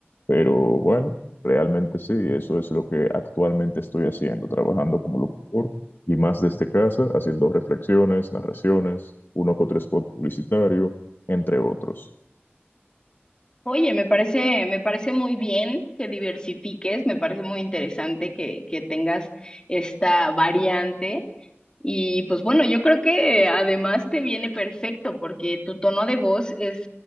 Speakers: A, on the left; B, on the left.
A: Pero bueno, realmente sí, eso es lo que actualmente estoy haciendo, trabajando como locutor. Y más desde casa, haciendo reflexiones, narraciones, uno que otro spot publicitario, entre otros.
B: Oye, me parece, me parece muy bien que diversifiques, me parece muy interesante que, que tengas esta variante. Y pues bueno, yo creo que además te viene perfecto porque tu tono de voz es